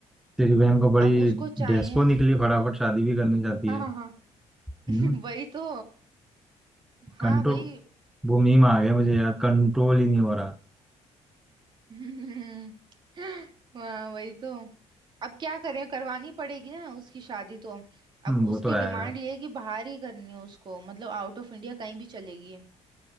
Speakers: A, in the centre; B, on the right (about 40°).
A: तेरी बहन को बड़ी
B: अब उसको चाहिए
A: डेस्पो निकली फटाफट शादी भी करनी चाहती
B: हाँ
A: है
B: हाँ हाँ
A: हम्म
B: <laughs> वही तो हाँ
A: कंट्रोल
B: वही
A: वो मीम आ गया मुझे यार कंट्रोल ही नहीं हो रहा
B: <laughs> हम्म, हाँ वही तो अब क्या करें करवानी पड़ेगी ना उसकी शादी तो अब
A: हम्म वो
B: उसकी
A: तो है
B: डिमांड
A: यार
B: ये है कि बाहर ही करनी है उसको मतलब आउट ऑफ इंडिया कहीं भी चलेगी